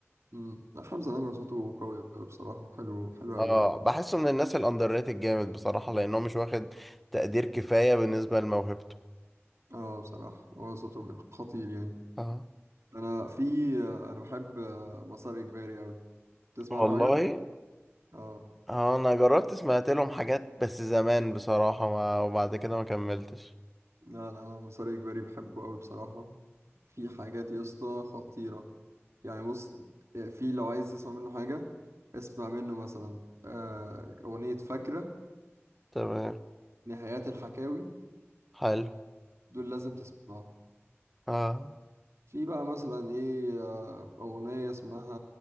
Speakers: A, on the right; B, in the centre.
A: امم حمزه نمره صوته قوي أوي بصراحه حلو حلو
B: اه
A: قوي يعني
B: بحسه من الناس الاندر ريتد جامد بصراحه لانه مش واخد تقدير كفايه بالنسبه لموهبته
A: اه بصراحة هو صوته خطير يعني
B: اه
A: انا في انا بحب آه، مسار اجباري اوي تسمع
B: والله
A: له حاجة؟ اه
B: اه انا جربت سمعت لهم حاجات بس زمان بصراحه ما وبعد كده ما كملتش
A: لا لا انا مسار اجباري بحبه اوي بصراحة في حاجات يا اسطى خطيرة يعني بص آه، في لو عايز تسمع منه حاجة اسمع منه مثلا آه، اغنية فاكرة
B: تمام
A: نهايات الحكاوي
B: حلو
A: دول لازم تسمعهم
B: اه
A: في بقى مثلا ايه آه، اغنية اسمها